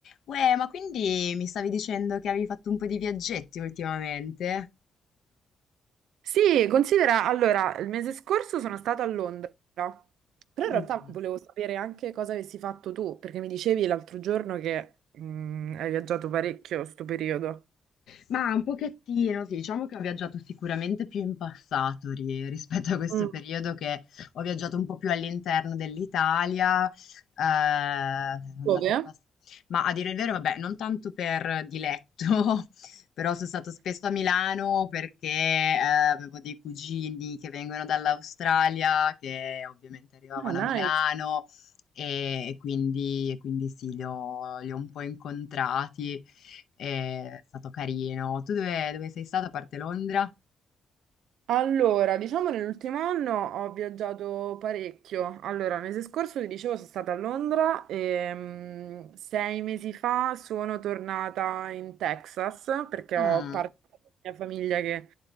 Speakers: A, on the left; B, on the right.
A: Uè, ma quindi mi stavi dicendo che avevi fatto un po' di viaggetti ultimamente?
B: Sì, considera, allora, il mese scorso sono stata a Londra, però
A: Mm.
B: in realtà volevo sapere anche cosa avessi fatto tu, perché mi dicevi l'altro giorno che mm, hai viaggiato parecchio sto periodo.
A: Ma un pochettino, sì, diciamo che ho viaggiato sicuramente più in passato ri- rispetto a questo
B: Mm.
A: periodo che ho viaggiato un po' più all'interno dell'Italia, eh, sono andata
B: Dove?
A: abbast- ma a dire il vero, vabbè, non tanto per diletto, <laughs> però sono stato spesso a Milano perché eh, avevo dei cugini che vengono dall'Australia, che ovviamente arrivavano
B: Ah, nice.
A: a Milano e, e quindi, e quindi sì, li ho li ho un po' incontrati. È stato carino. Tu dove, dove sei stato a parte Londra?
B: Allora, diciamo nell'ultimo anno ho viaggiato parecchio. Allora, il mese scorso ti dicevo sono stata a Londra e mm, sei mesi fa sono tornata in Texas perché
A: Mm.
B: ho parte della mia famiglia che